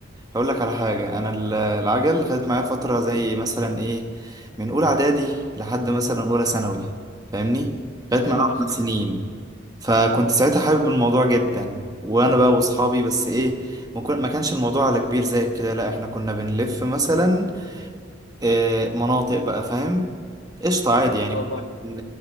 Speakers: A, on the right; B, on the left.
A: هقول لك على حاجة أنا ال- العجل خدت معايا فترة زي مثلا إيه من أولى إعدادي لحد مثلا أولى ثانوي فاهمني؟
B: وإيه
A: خدت معايا
B: اللي
A: أربع
B: حصل؟
A: سنين فكنت ساعتها حابب الموضوع جدا وأنا بقى وأصحابي بس إيه ما كن- ما كانش الموضوع على كبير زي كده لأ إحنا كنا بنلف مثلا آه، مناطق بقى فاهم؟ قشطة عادي يعني
B: أه
A: كنا
B: فاهم
A: بن...